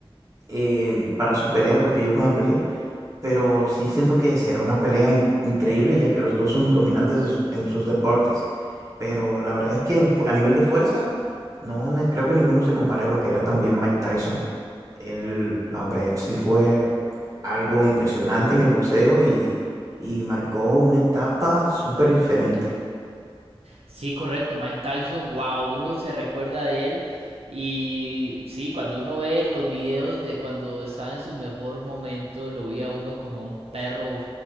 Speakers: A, on the right; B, on the right.
A: eh, para su pelea, porque ellos van a pelear. Pero sí siento que será una pelea in- increíble, ya que los dos son dominantes en sus en sus deportes. Pero la verdad es que en fu- a nivel de fuerza, no ne- creo que ninguno se compare a lo que era también Mike Tyson. El, no, hombre, él sí fue algo impresionante en el boxeo y, y marcó una etapa súper diferente.
B: Sí, correcto, Mike Tyson, wow, uno se recuerda de él y sí, cuando uno ve los videos de cuando estaba en su mejor momento, lo vi uno como un perro